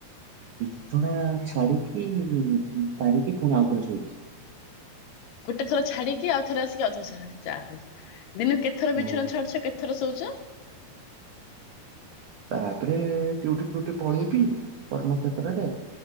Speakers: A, on the right; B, on the left.
A: ବିଛଣା ଛାଡିକି ଉଁ ପାଡିକି ପୁଣି ଆଉ ଥରେ ଶୋଇଚି।
B: ଗୋଟେ ଥର ଛାଡିକି ଆଉ ଥରେ ଆସିକି ଆଉ ଥରେ ଯାହଉ ଦିନକୁ କେତେଥର
A: ହଁ
B: ବିଛଣା ଛାଡୁଛ କେ ଥର ଶୋଉଛ?
A: ତାପରେ ଡ୍ୟୁଟି ଫୁଟି ପଳେଇବି। କର୍ମକ୍ଷେତ୍ର ରେ